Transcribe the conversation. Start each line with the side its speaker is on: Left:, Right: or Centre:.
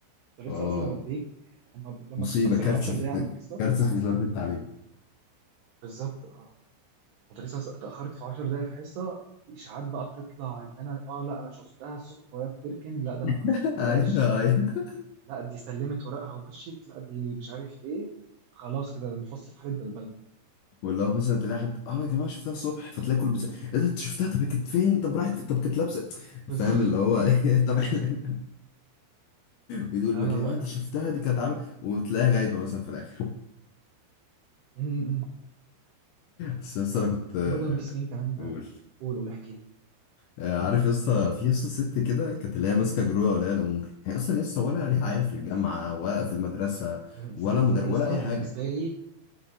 Right: المدرسه
Left: اه
Right: اصلا لما بتغيب لما لما
Left: مصيبة
Right: بتتاخر
Left: كارثة
Right: 10
Left: في
Right: دقايق
Left: الت-
Right: عن الحصه
Left: كارثة في وزارة التعليم
Right: بالظبط اه كنت لسه س- اتأخرت في 10 دقايق في حصة في إشاعات بقى بتطلع إن أنا آه لا أنا شفتها الصبح وهي بتركن لا ده أنا ما
Left: <laughs>
Right: شفتهاش
Left: ايوه ايوه
Right: لا دي سلمت ورقها ومشيت لا دي مش عارف إيه خلاص كده الفصل في حالة بلبلة
Left: واللي هو مثلا تلاقي حد اه يا جماعة شفتها الصبح فتلاقي كل بيسأل ايه ده انت شفتها طب هي كانت فين طب راحت فين؟ طب كانت لابسة
Right: بالظبط
Left: فاهم اللي هو ايه
Right: <laughs>
Left: <laughs> طب احنا بيقول
Right: لا
Left: بقى
Right: لا
Left: يا
Right: لا
Left: جماعة انت
Right: كانت
Left: شفتها
Right: ال-
Left: دي كانت عاملة وتلاقيها غايبة مثلا في الآخر
Right: م- م.
Left: بس يا اسطى انا كنت
Right: كان
Left: آه،
Right: في برضه ميس مين كمان
Left: قول
Right: قول قول احكي لي
Left: آه، عارف يا اسطى في يا اسطى ست كده كانت اللي هي ماسكه جرويه ولا الامور هي اصلا يا اسطى ولا ليها عيال في الجامعه ولا في المدرسه
Right: يعني الست
Left: ولا مدر...
Right: دي يا
Left: ولا
Right: اسطى
Left: اي حاجه
Right: بالنسبة لي